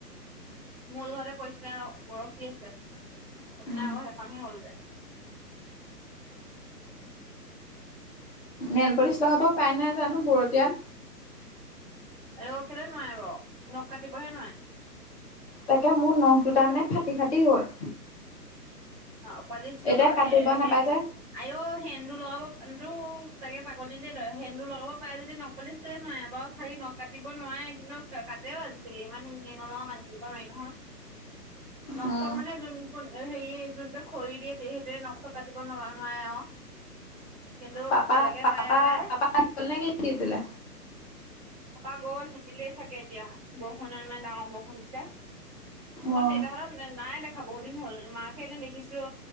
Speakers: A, on the right; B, on the left.
A: মোৰ ঘৰতে পৰিশমিতা বৰশী আছে এইপিনে
B: আৰু
A: আকৌ সেইখনহে হ'লগে
B: নেলপলিচ লগাব পাই নাই জানো বৰটীয়াত
A: আৱৈ কেলে নোৱাৰে ব নখ কাটিবহে নোৱাই
B: তাকে মোৰ নখ দুটাৰ মানে ফাটি ফাটি গ'ল
A: অ পলিছ থকা
B: এতিয়া কাটিব
A: সে
B: নাপাই
A: সে ন
B: যে
A: আৱৈ' সেন্দু লগাব <unintelligible> টো চাগে পাগলী দেই তই সেন্দু লগাব পাৰে যদি নকপালিছ কালে নোৱাৰে বাও খালি ন কাটিব নোৱাৰে কিন্তু কাটেও আজিকালি ইমান নিয়ম মানি থাকিব নোৱাৰি নহয় নক
B: উম,
A: চক মানে যোন হেৰি যোনটো খৰি দিয়ে তে সেইটোৱে নক চক কাটিব নোৱা নোৱাৰে অ কিন্তু
B: পাপা
A: বেলেগে
B: পাপা
A: পায় পায়
B: পাপা গ'ল নেকি ডিউটিলে
A: পাপা গ'ল ভিজিলেই চাগে এতিয়া বৰষুণৰ ইমান ডাঙৰ বৰষুণ দিছে
B: অ',
A: অকল দেউতা হতন মানে নাই দেখা বহুত দিন হ'ল মাকহে এদিন দেখিছিলো